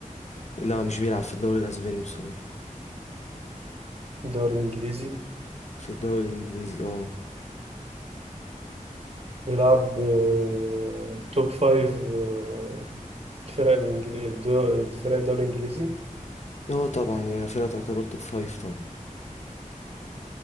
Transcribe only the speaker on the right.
الدوري الإنجليزي
بيلعب آه، توب فايف آه، الفرق الإنجليزية فرق الدوري الإنجليزي